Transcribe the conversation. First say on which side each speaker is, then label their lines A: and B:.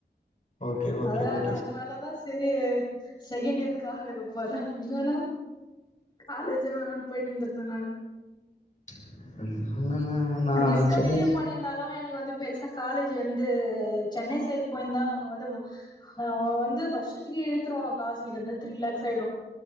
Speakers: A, on the left (about 45°); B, on the left (about 25°).
A: ஓகே ஓகே
B: அதனால
A: ஓகே
B: அதனால
A: சார்
B: தான் ச செரீ செகண்ட் இயருக்காலு வெக போறன் இல்லனா காலேஜே வேணானு போயிட்டு இந்துருப்பன் நானு
A: <inaudible> நா
B: ஆ டிஸ்கண்டினியூ
A: சென்னை
B: பண்ணிர்ந்தாலும் எனக்கு வந்து பெருசா காலேஜ் வந்து சென்னை சைட் போயிந்தான் அங்க வந்து அவன் வந்து வர்ஷத்துக்கே இழுத்துருவான் காசு கிட்டத த்ரீ லேக்ஸ் ஆயிடும்